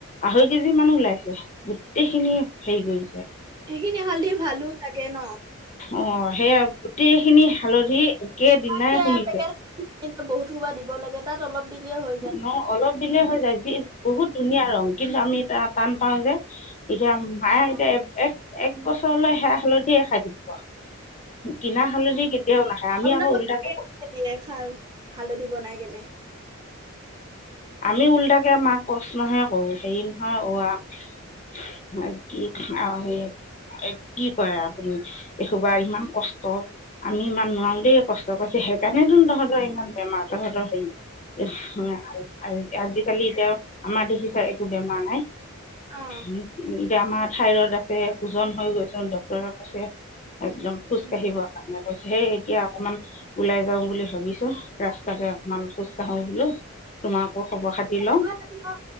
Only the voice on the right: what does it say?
সেইখিনি হালধি ভালো চাগে ন?
আমাৰ এতিয়া
<inaudible> কিন্তু বহুত সোপা দিব লাগে তাত, অলপ দিলে হয়।
অ
অ
আপোনালোকে
দিয়ে
দিয়ে খাওঁ। হালধি বনাই কেনে।
অ
উম
ৰাতিপুৱা ৰাতিপুৱা